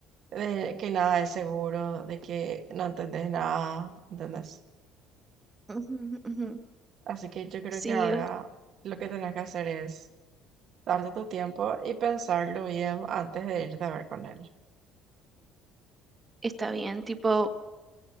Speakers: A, on the right; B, on the right.
A: de que nada es seguro, de que no entendés nada, ¿entendés?
B: Ujú, ujú.
A: Así que yo creo
B: Sí,
A: que ahora
B: o-
A: lo que tenés que hacer es darte tu tiempo y pensarlo bien antes de irte a ver con él.
B: está bien, tipo...